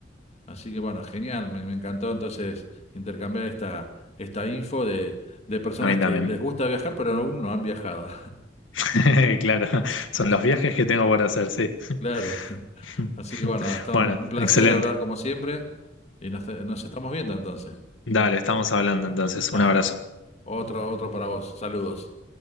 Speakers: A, on the left; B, on the left.
A: así que bueno, genial, me, me encantó entonces intercambiar esta, esta info de, de personas
B: A mí también.
A: que les gusta viajar, pero aún no han viajado.
B: <laughs> Claro, son
A: <laughs>
B: los viajes que tengo por hacer, sí.
A: Claro.
B: <laughs>
A: Así que bueno, Gastón,
B: Bueno,
A: un placer
B: excelente.
A: hablar como siempre y nos, nos estamos viendo entonces.
B: Dale, estamos hablando entonces.
A: Dale.
B: Un abrazo.
A: Otro, otro para vos. Saludos.